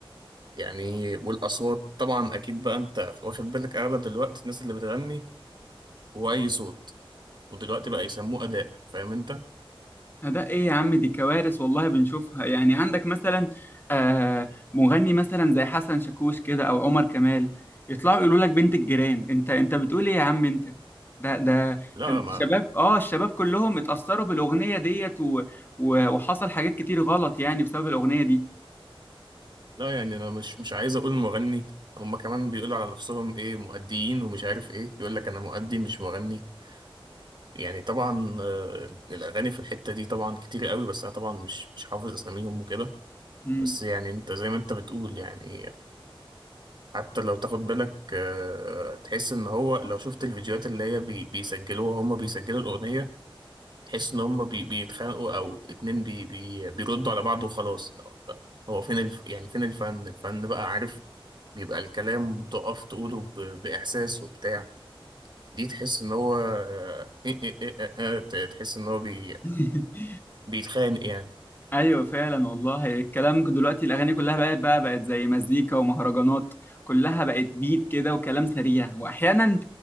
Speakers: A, on the right; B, on the left.
A: يعني والأصوات طبعا أكيد بقى أنت واخد بالك أغلب دلوقتي الناس اللي بتغني هو أي صوت ودلوقتي بقى يسموه أداء فاهم أنت؟
B: ده ايه يا عم دي كوارث والله بنشوفها يعني عندك مثلا آه مغني مثلا زي حسن شاكوش كده او عمر كمال يطلعوا يقولوا لك بنت الجيران انت انت بتقول ايه يا عم انت ده ده
A: لا
B: ده انت
A: ما
B: الشباب اه الشباب كلهم اتأثروا بالأغنية ديت و... و... وحصل حاجات كتير غلط يعني بسبب الأغنية دي
A: لا يعني انا مش مش عايز اقول مغني هما كمان بيقولوا على نفسهم ايه مؤديين ومش عارف ايه يقول لك انا مؤدي مش مغني يعني طبعا آه، الاغاني في الحتة دي طبعا كتير قوي بس انا طبعا مش مش حافظ اساميهم وكده
B: مم.
A: بس يعني انت زي ما انت بتقول يعني حتى لو تاخد بالك آه، تحس ان هو لو شفت الفيديوهات اللي هي بي بيسجلوها هما بيسجلوا الاغنية تحس ان هما بي بيتخانقوا او اتنين بي بي بيردوا على بعض وخلاص هو فين الف... يعني فين الفن الفن بقى عارف بيبقى الكلام تقف تقوله ب- بإحساس وبتاع دي تحس إن هو آه، إيه إيه إيه آه، آه، ت- تحس إن هو بي...
B: <laughs>
A: بيتخانق يعني
B: ايوه فعلا والله الكلام دلوقتي الاغاني كلها بقت بقى بقت زي مزيكا ومهرجانات كلها بقت بيت كده وكلام سريع واحيانا